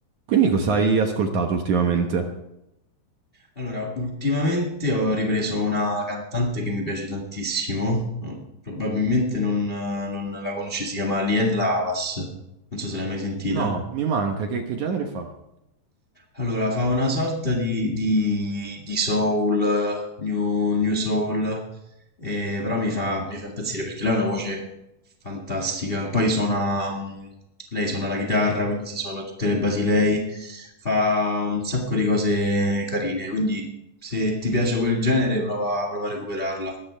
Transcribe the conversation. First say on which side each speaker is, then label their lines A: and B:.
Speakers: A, on the right; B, on the left.
A: Quindi cosa hai ascoltato ultimamente?
B: Allora, ultimamente ho ripreso una cantante che mi piace tantissimo, no? probabilmente non, eh, non la conosci, si chiama Lien Lavas, non so se l'hai mai sentita.
A: No, mi manca, che, che genere fa?
B: Allora, fa una sorta di, di- di soul, eh, new, new soul, eh, però mi fa, mi fa impazzire perché lei ha una voce fantastica. Poi suona, mh, lei suona la chitarra, quindi si suona tutte le basi lei, fa un sacco di cose carine, quindi se ti piace quel genere prova, prova a recuperarla,